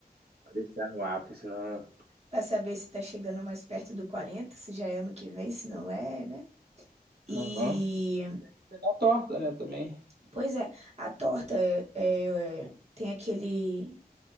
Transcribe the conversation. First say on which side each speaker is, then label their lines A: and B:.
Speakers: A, on the right; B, on the right.
A: Pra deixar no ar, porque senão.
B: Pra saber se tá chegando mais perto do 40, se já é ano que vem, se não é, né? E.
A: Aham. E daí comer a torta, né? Também.
B: Pois é, a torta é, é, tem aquele